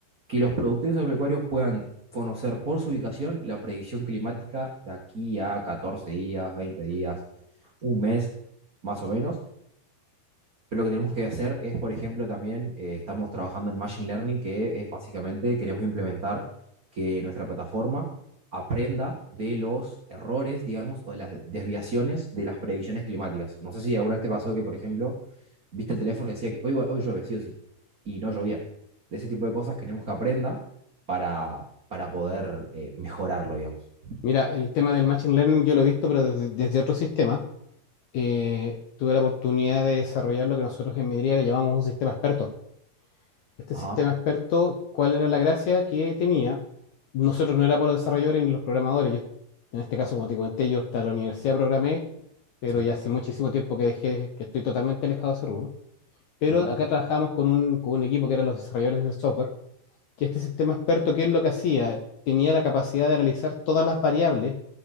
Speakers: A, on the right (about 80°); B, on the left (about 75°).
A: que los productores agropecuarios puedan conocer por su ubicación la predicción climática de aquí a 14 días, 20 días, un mes, más o menos pero lo que tenemos que hacer es, por ejemplo, también eh, estamos trabajando en Machine Learning, que es básicamente queremos implementar que nuestra plataforma aprenda de los errores, digamos, o de las desviaciones de las predicciones climáticas. No sé si alguna vez te pasó que, por ejemplo, viste el teléfono y decía que hoy, va- hoy llueve, sí o sí, y no llovía. De ese tipo de cosas queremos que aprenda para, para poder eh, mejorarlo, digamos.
B: Mira, el tema del Machine Learning yo lo he visto, pero desde, desde otro sistema. Eh, tuve la oportunidad de desarrollar lo que nosotros en Midria le llamamos un sistema experto. este
A: Ajá,
B: sistema experto, ¿cuál era la gracia que tenía? Nosotros no éramos los desarrolladores ni los programadores. Yo, en este caso, como te comenté, yo hasta la universidad programé, pero
A: sí,
B: ya hace muchísimo tiempo que dejé, que estoy totalmente alejado de ese rubro. Pero
A: ajá,
B: acá trabajamos con un, con un equipo que eran los desarrolladores del software, que este sistema experto, ¿qué es lo que hacía? Tenía la capacidad de analizar todas las variables